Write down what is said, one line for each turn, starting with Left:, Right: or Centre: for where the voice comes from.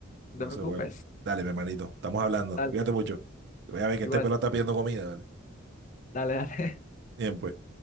Left: No
Right: Entonces,
Left: te preocupes.
Right: bueno, dale, mi hermanito, estamos hablando.
Left: Dale,
Right: Cuídate mucho. Voy a ver que
Left: igual.
Right: este pelo está pidiendo comida, dale.
Left: Dale, dale.
Right: Bien, pues.